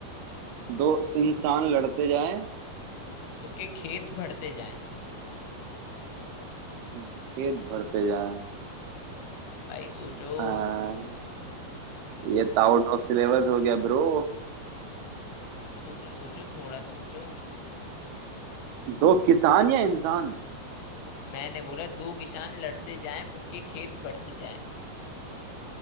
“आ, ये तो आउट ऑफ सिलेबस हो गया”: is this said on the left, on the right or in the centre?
Right